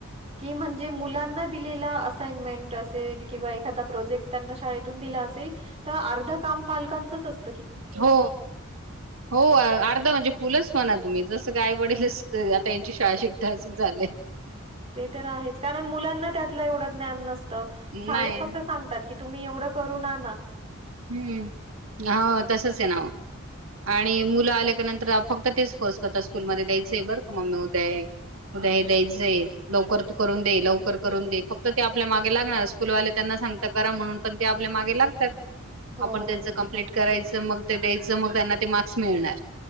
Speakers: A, on the right; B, on the right.
A: की म्हणजे मुलांना दिलेला असाईंमेंट असेल किंवा एखादा प्रोजेक्ट त्यांना शाळेतून दिला अस तील तर अर्ध काम पालकांचच अस
B: हो, हो अर्धा म्हणजे फुलच म्हणा तुम्ही जसं काय आई वडीलच आता यांची शाळा शिकता असंच झालं.
A: ते तर आहेच, कारण मुलांना त्यातलं एवढं ज्ञान नसतं. शाळेत
B: नाही
A: फक्त सांगतात की तुम्ही एवढं करू आणा.
B: हम्म. हा
A: हं,
B: तसच आहे ना ओ. आणि मुलं आल्या का नंतर फक्त तेच फोर्स करतात, स्कूलमध्येध्ये द्यायचं आहे बरं का मम्मी उद्या हे. उद्या हे द्यायचं आहे लवकर करून दे, लवकर करून दे. फक्त ते आपल्या मागे लागणार स्कूलवाले त्यांना सांगत करा म्हणून पण ते आपल्या मागे लागतात.
A: हो.
B: आपण त्यांचं कमप्लीट करायचं, मग ते द्यायचं. मग त्यांना ते मार्क्स मिळणार.